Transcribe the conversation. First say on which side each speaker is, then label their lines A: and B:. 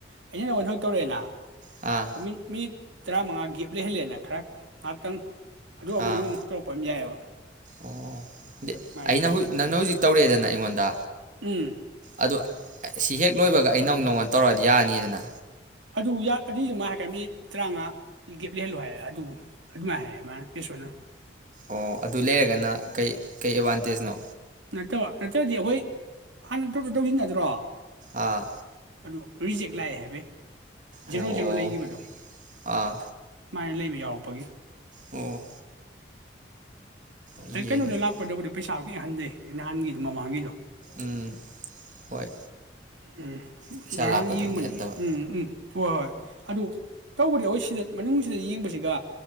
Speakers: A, on the right (about 85°); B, on the right (about 45°).
A: ꯑꯩꯅ ꯅꯪꯉꯣꯟ ꯍꯧ ꯇꯧꯔꯛꯑꯦꯅ
B: ꯑꯥ
A: ꯃꯤ ꯃꯤ ꯇꯔꯥꯃꯉꯥ ꯒꯦꯞ ꯂꯩꯍꯜꯂꯦꯅ ꯈꯔ ꯉꯥꯏꯍꯥꯛꯇꯪ ꯑꯗꯨ ꯑꯃꯨꯛ
B: ꯑꯥ
A: ꯅꯪꯅ ꯑꯃꯨꯛ ꯇꯧꯛꯄ ꯑꯃ ꯌꯥꯏꯑꯦꯕ
B: ꯑꯣ ꯑꯩꯅ
A: ꯂꯩꯕ
B: ꯅꯪꯅ ꯍꯧꯖꯤꯛ ꯇꯧꯔꯛꯑꯦꯗꯅ ꯑꯩꯉꯣꯟꯗ
A: ꯎꯝ
B: ꯑꯗꯣ ꯁꯤ ꯍꯦꯛ ꯂꯣꯏꯕꯒ ꯑꯩꯅ ꯑꯃꯨꯛ ꯅꯪꯉꯣꯟꯗ ꯇꯧꯔꯛꯑꯗꯤ ꯌꯥꯅꯤꯗꯅ
A: ꯑꯗꯨꯌ ꯑꯗꯨꯏꯑꯃ ꯍꯥꯏꯔꯛꯀꯅꯤ ꯇꯔꯥꯃꯉꯥ ꯒꯦꯞ ꯂꯩꯍꯜꯂꯨ ꯍꯥꯏꯌꯦ ꯑꯗꯨ ꯑꯗꯨꯃꯥꯏꯅ ꯍꯥꯏꯔꯛꯦ ꯃꯥꯅ ꯄꯦꯁꯣꯅ
B: ꯑꯣ ꯑꯗꯨ ꯂꯩꯔꯒꯅ ꯀꯩ ꯀꯩ ꯑꯦꯗꯚꯥꯟꯇꯦꯖꯅꯣ
A: ꯅꯠꯇꯕ ꯅꯠꯇ꯭ꯔꯗꯤ ꯑꯩꯈꯣꯏ ꯍꯥꯟꯅ ꯇꯧ ꯇꯧꯁꯤꯟꯅꯗ꯭ꯔꯣ
B: ꯑꯥ
A: ꯑꯗꯨ ꯔꯤꯖꯦꯛ ꯂꯥꯛꯑꯦ ꯍꯥꯏꯕꯩ ꯖꯦꯔꯣ
B: ꯑꯣ
A: ꯖꯦꯔꯣ ꯂꯩꯈꯤꯕꯗꯣ
B: ꯑꯥ
A: ꯑꯗꯨꯃꯥꯏꯅ ꯂꯩꯕ ꯌꯥꯎꯔꯛꯄꯒꯤ
B: ꯑꯣ ꯍꯣꯏ
A: ꯑꯩ ꯀꯩꯅꯣꯗ
B: ꯌꯦꯡꯉꯁꯤ
A: ꯂꯥꯛꯄꯗꯕꯨꯗꯤ ꯄꯩꯁꯥ ꯍꯟꯗꯩ ꯅꯍꯥꯟꯒꯤꯗꯣ ꯃꯃꯥꯒꯤꯗꯣ
B: ꯎꯝ ꯍꯣꯏ
A: ꯎꯝ
B: ꯄꯩꯁꯥ
A: ꯉꯔꯥꯡ
B: ꯂꯥꯛꯄꯗꯕꯨꯗꯤ
A: ꯌꯦꯡꯕꯅꯦ
B: ꯍꯟꯊꯕ
A: ꯎꯝ ꯎꯝ ꯍꯣꯏ ꯍꯣꯏ ꯑꯗꯨ ꯇꯧꯕꯗꯤ ꯍꯣꯏ ꯁꯤꯗ ꯃꯅꯨꯡꯁꯤꯗ ꯌꯦꯡꯕꯁꯤꯒ